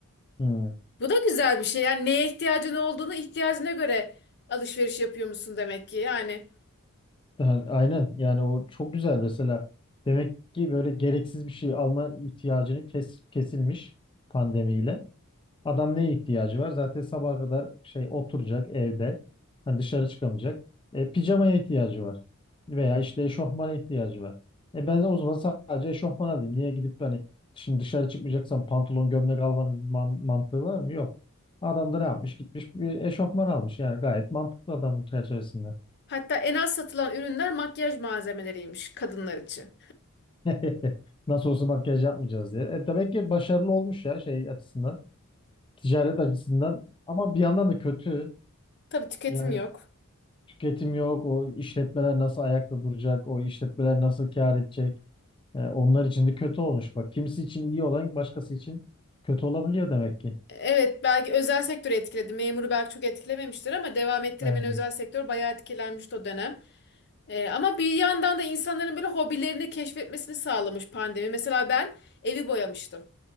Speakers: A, on the left; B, on the left.
A: Hmm.
B: Bu da güzel bir şey. Yani neye ihtiyacın olduğunu ihtiyacına göre alışveriş yapıyor musun demek ki. Yani
A: Ha, Aynen yani o çok güzel mesela. Demek ki böyle gereksiz bir şey alma ihtiyacını kes, kesilmiş pandemiyle. Adam neye ihtiyacı var? Zaten sabaha kadar şey oturacak evde. Hani dışarı çıkamayacak. E, pijamaya ihtiyacı var. Veya işte eşofmana ihtiyacı var. E ben o zaman sadece eşofman alayım. Niye gidip hani şimdi dışarı çıkmayacaksan pantolon gömlek almanın man- mantığı var mı? Yok. Adam da ne yapmış? Gitmiş bir eşofman almış. Yani gayet mantıklı adamın çerçevesinde.
B: hatta en az satılan ürünler makyaj malzemeleriymiş kadınlar için.
A: <laughs> Nasıl olsa makyaj yapmayacağız diye. E, demek ki başarılı olmuş ya şey açısından. Ticaret açısından. Ama bir yandan da kötü.
B: Tabii tüketim
A: Yani
B: yok.
A: tüketim yok. O işletmeler nasıl ayakta duracak? O işletmeler nasıl kâr edecek? E, onlar için de kötü olmuş. Bak kimisi için iyi olan başkası için kötü olabiliyor demek ki.
B: Evet belki özel sektörü etkiledi. Memuru belki çok etkilememiştir ama devam ettiremeyen
A: Aynen.
B: özel sektör bayağı etkilenmişti o dönem. Ee, ama bir yandan da insanların böyle hobilerini keşfetmesini sağlamış pandemi. Mesela ben evi boyamıştım.